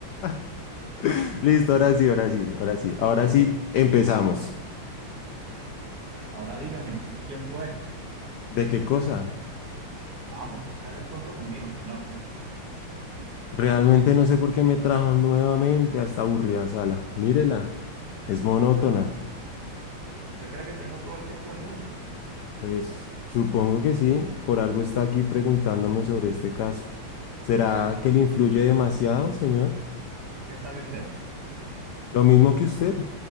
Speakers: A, on the left; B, on the right.
A: <laughs> Listo, ahora sí, ahora sí, ahora sí.
B: voy,
A: Ahora
B: voy.
A: sí, empezamos.
B: Ahora dígame, ¿quién fue?
A: ¿De qué cosa?
B: Vamos, no se haga el tonto conmigo, señor.
A: Realmente no sé por qué me trajo nuevamente a esta aburrida sala. Mírela, es monótona.
B: ¿Usted cree que tengo todo el tiempo del mundo?
A: Pues supongo que sí, por algo está aquí preguntándome sobre este caso. ¿Será que le influye demasiado, señor?
B: ¿Qué sabe usted?
A: Lo mismo que usted,